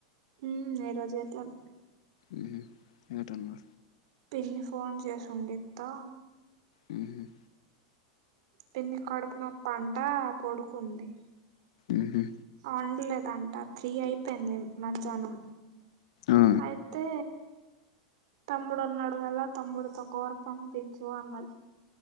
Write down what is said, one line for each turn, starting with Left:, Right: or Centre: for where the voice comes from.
Right: హ్మ్ ఏ రోజు ఎట్లన్
Left: హ్మ్ ఏటన్నా
Right: పిన్ని ఫోన్ చేసుండిత్తా
Left: హ హ్మ్
Right: పిన్నికి కడుపునొప్పంట పొడుకుంది
Left: ఉహు
Right: వండలేదంట త్రీ అయిపోయింది మజ్యాహ్నం
Left: ఆ
Right: అయితే తమ్ముడున్నాడు వల తమ్ముడుతో కూర పంపించు అన్నది